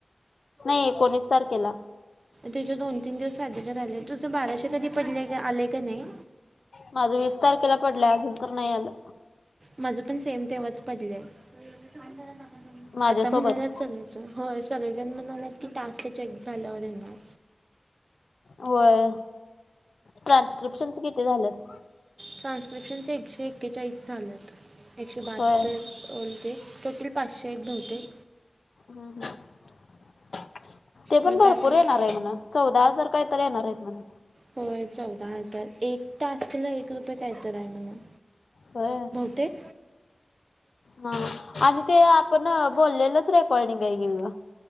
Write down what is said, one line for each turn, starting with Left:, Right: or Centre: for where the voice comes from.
Left: नाही एकोणीस तारखेला.
Right: तुचे दोन तीन दिवस आधी का राहिले, तुझं बाराशे कधी पडले गं आले का नाही.
Left: माझं वीस तारखेला पडलंय, अजून तर नाही आलं.
Right: माझं पण सेम तेव्हाच पडलंय. <unintelligible>
Left: माझ्यासोबत
Right: आता म्हणालात सगळेजण होय, सगळेजण म्हणालेत की टास्क चेक झाल्या वर येणार.
Left: होय ट्रान्स्क्रिप्शनच किती झाल्यात.
Right: ट्रान्स्क्रिप्शन्सच एकशे एक्केचाळीस झाल्यात. एकशे बहात्तर
Left: होय
Right: बोलते, टोटल पाचशे येत बहुतेक.
Left: हम्म ते पण
Right: मग
Left: भरपूर
Right: त्यातलं
Left: येणार आहे म्हण चौदा हजार काय तर येणार आहेत म्हण
Right: होय चौदा हजार एक टास्क ला एक रुपये काय तर आहे म्हण
Left: होय
Right: तेच
Left: हा आणि ते आपण बोललेलंच रेकॉर्डिंग आहे कि गं